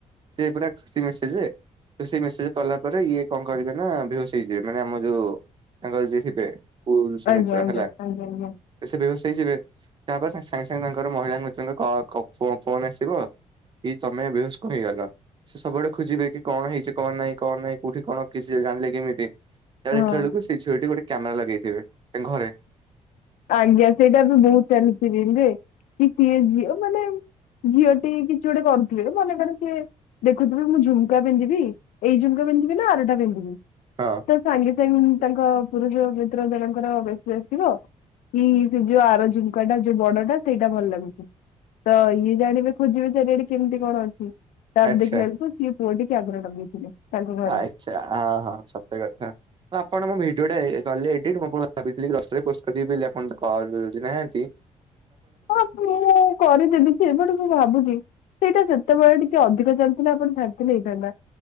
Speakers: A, on the right (about 40°); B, on the left (about 85°).
A: ସେ ପୁରା ଖୁସି ମେସେଜ ତ ସେଇ ମସେଜ କଲା ପରେ ଇଏ କଣ କରିବେ ନା ବେହୋସ ହେଇଯିବେ। ମାନେ ଆମ ଯୋଉ ତାଙ୍କର ଯିଏ ହେବେ ପୁନ୍ ସେ
B: ଆଜ୍ଞା
A: ମିତ୍ରା
B: ଆଜ୍ଞା
A: ହେଲା।
B: ଆଜ୍ଞା ଆଜ୍ଞା
A: ସେ ବେହୋସ ହେଇଯିବେ ତାପରେ ସାଙ୍ଗେ ସାଙ୍ଗେ ତାଙ୍କର ମହିଳା ମିତ୍ରଙ୍କ-ଙ୍କ-କ ଫୋନ ଆସିବ ଏଇ ତମେ ବେହୋସ କଣ ହେଇଗଲ। ସେ ସବୁବେଳେ ଖୋଜିବେ କି କଣ ହେଇଛି କଣ ନାଇଁ କଣ ନାଇଁ କୋଉଠି କଣ କି ସିଏ ଜାଣିଲେ କେମିତି? ତା ପରେ
B: ହଁ।
A: ଦେଖିଲା ବେଳକୁ ସେ ଝିଅଟି ଗୋଟେ କ୍ୟାମେରା ଲଗେଇଥିବେ। ତାଙ୍କ ଘରେ
B: ଆଜ୍ଞା ସେଇଟା ତ ବହୁତ ଚାଲିଛି ରିଲ୍ ରେ। ସିଏ କିଏ ଝିଅ ମାନେ ଝିଅଟି କିଛି ଗୋଟେ କରୁଥିବେ ମନେ କର ସିଏ‌ ଦେଖୁଥିବି ମୁଁ ଝୁମ୍କା ପିନ୍ଧିବି ଏଇ ଝୁମ୍କା ପିନ୍ଧିବି ନା ଆରଟା ପିନ୍ଧିବି।
A: ହଁ
B: ତ ସାଙ୍ଗେ ସାଙ୍ଗେ ତାଙ୍କ ପୁରୁଷ ମିତ୍ର ଜଣଙ୍କର ବ ଆଜି ଆସିବ କି ସେ ଯୋଉ ଆର ଝୁମକା ଟା ଯୋଉ ବଡଟା ସେଇଡା ଭଲ ଲାଗୁଛି। ତ ଇଏ ଜାଣିବେ ଖୋଜିବେ ଚାରିଆଡ଼େ କେମିତି କଣ ଅଛି। ତାପରେ
A: ଆଚ୍ଛା
B: ଦେଖିଲା ବେଳକୁ ସିଏ ପୁଅ ଟି କି ଆଗରେ ଲଗେଇଥିଲେ। ତାଙ୍କ ଘରେ
A: ଆଚ୍ଛା ହଁ ହଁ ସତକଥା ହଁ ଆପଣ ମୋ ଭି ଡ଼ିଓଟା ଏ କଲେ ଏଡିଟ୍ ମୁଁ ପୁ ଭାବିଥିଲି କି ଦଶଟା ରେ ପୋଷ୍ଟ କରିଦେବି ବେଲି ଆପଣ ତ କଲ୍ ଉଠୋଉନାହାନ୍ତି।
B: ହଁ ମୁଁ କରିଦେବିଯେ ବଟ୍ ମୁଁ ଭାବୁଚି ସେଇଟା ସେତୋବେଳେ ଟିକେ ଅଧିକ ଚାଲ୍ ଥିଲେ ଆପଣ ଶାନ୍ତି ନେଇଥାନ୍ତା।